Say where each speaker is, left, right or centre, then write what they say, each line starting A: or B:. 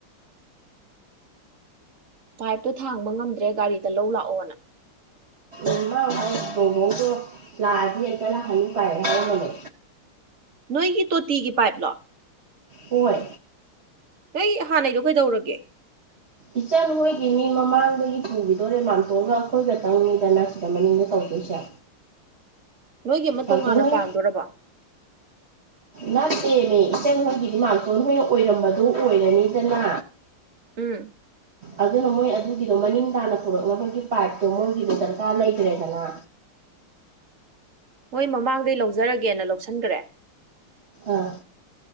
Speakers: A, on the right (about 55°); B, on the right (about 80°).
A: ꯄꯥꯏꯞꯇꯣ ꯊꯥꯡꯕ ꯉꯝꯗ꯭ꯔꯦ ꯒꯥꯔꯤꯗ ꯂꯧ ꯂꯥꯛꯑꯣꯅ
B: ꯏꯃ ꯇꯕꯗꯣ <unintelligible> ꯂꯑꯗ ꯑꯦ ꯍꯅꯤ ꯄꯥꯏ ꯍꯥꯏꯔꯝꯕꯅꯦ
A: ꯅꯣꯏꯒꯤ ꯇꯣꯇꯤꯒꯤ ꯄꯥꯏꯞꯂꯣ
B: ꯍꯣꯏ꯫
A: ꯅꯣꯏꯒꯤ ꯍꯥꯟꯅꯩꯗꯣ ꯀꯩꯗꯧꯔꯒꯦ
B: ꯏꯆꯟ ꯃꯣꯏꯒꯤ ꯃꯤ ꯃꯃꯥꯡꯗꯒꯤ ꯄꯨꯈꯤꯗꯣꯔꯦ ꯂꯥꯝꯇꯣꯛꯒ ꯑꯩꯈꯣꯏꯒꯇꯪꯅꯤꯗꯅ ꯁꯤꯗ ꯃꯅꯤꯡꯗ ꯇꯧꯗꯣꯏꯁꯦ
A: ꯅꯣꯏꯒꯤ ꯑꯃ
B: ꯃꯥꯝꯇꯣꯟ
A: ꯇꯣꯉꯥꯟꯅ
B: ꯍꯣꯏ
A: ꯄꯥꯟꯗꯣꯔꯕ
B: ꯅꯠꯇꯂꯦꯃꯤ ꯏꯆꯟ ꯍꯣꯏꯒꯤꯗꯤ ꯃꯥꯡꯇꯣ ꯍꯣꯏꯅ ꯑꯣꯏꯔꯝꯕꯗꯣ ꯑꯣꯏꯔꯅꯤꯗꯅ
A: ꯎꯝ
B: ꯑꯗꯨꯅ ꯃꯣꯏ ꯑꯗꯨꯒꯤꯗꯣ ꯃꯅꯤꯡ ꯇꯥꯅ ꯄꯨꯔꯛꯅꯕꯒꯤ ꯄꯥꯏꯞꯇꯨ ꯃꯣꯏꯒꯤꯗꯤ ꯗꯔꯀꯥ ꯂꯩꯇꯔꯦꯗꯅ
A: ꯃꯣꯏ ꯃꯃꯥꯡꯗꯩ ꯂꯧꯖꯔꯒꯦꯅ ꯂꯧꯁꯟꯈ꯭ꯔꯦ
B: ꯑꯥ